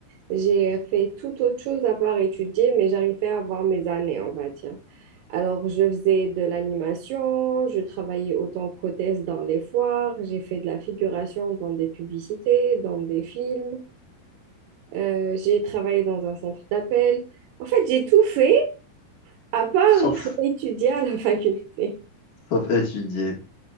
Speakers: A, on the right (about 80°); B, on the left (about 55°).
A: j'ai fait tout autre chose à part étudier, mais j'arrivais à avoir mes années, on va dire. Alors, je faisais de l'animation, je travaillais autant qu'hôtesse dans les foires, j'ai fait de la figuration dans des publicités, dans des films, euh, j'ai travaillé dans un centre d'appel. En fait, j'ai tout fait à part
B: Sauf,
A: <laughs> étudier à la faculté.
B: sauf étudier.